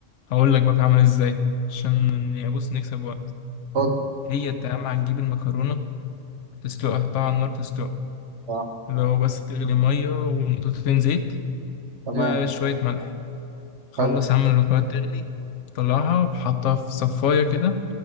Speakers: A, on the left; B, on the right.
A: هقول لك بقى بتعمل ازاي عشان إن- بص نكسب وقت
B: اتفضل
A: هي انت اهم حاجه تجيب المكرونه تسلقها تحطها على النار تسلقها
B: اه
A: لو بس تغلي ميه ونقطتين زيت
B: تمام
A: وشويه ملح خلص
B: حلو
A: يا عم المكرونه تغلي طلعها وحطها في صفايه كده